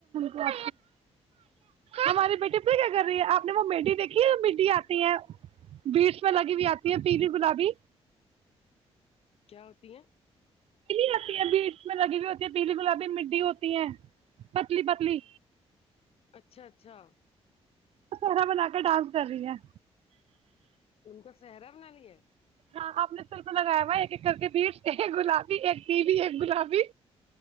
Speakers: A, on the right; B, on the left.
A: کو آ ہماری بیٹی اھر کیا کر رہی ہے آپ نے وہ مٹیھی دیکھی ہے مٹی آتی ہے بیٹس میں لگی ہوئی آتی ہے پیلی گلابی
B: کیا ہوتی ہیں
A: پ آتی ہے بی اس میں لگی ہوئی ہوتی ہے پیلی گلابی مٹیھی ہوتی ہیں پتلی پتلی
B: اچھا اچھا
A: پہرا بنا کے ڈانس کر رہی ہیں
B: ان کا سہرا بنال ہے
A: ہاں آپ نے سر کو لگایا ہوا ایک ایک کر کے بیٹ ایک گلابی ایک بیو ایک گلابی